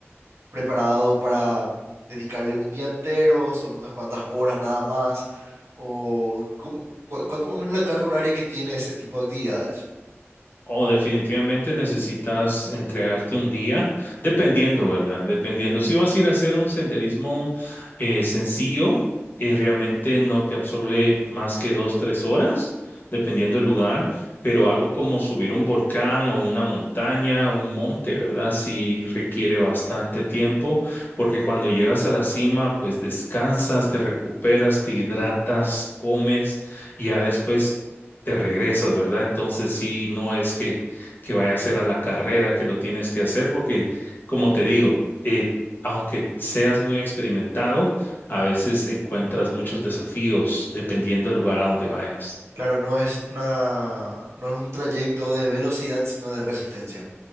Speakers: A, on the right (about 70°); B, on the left (about 45°).
A: preparado para dedicarle un día entero, son unas cuantas horas nada más, o cómo, cu- cuánto más o menos la carga horaria que tiene ese tipo de actividades.
B: O definitivamente necesitas entregarte un día, dependiendo, ¿verdad? Dependiendo. Si vas a ir a hacer un senderismo eh, sencillo, eh, realmente no te absorbe más que dos, tres horas, dependiendo del lugar, pero algo como subir un volcán o una montaña, un monte, ¿verdad? Sí requiere bastante tiempo, porque cuando llegas a la cima, pues descansas, te recuperas, te hidratas, comes y ya después te regresas, ¿verdad? Entonces sí, no es que, que vaya a ser a la carrera que lo tienes que hacer, porque como te digo, eh, aunque seas muy experimentado, a veces encuentras muchos desafíos dependiendo del lugar a donde vayas.
A: Claro, no es una, no es un trayecto de velocidad, sino de resistencia,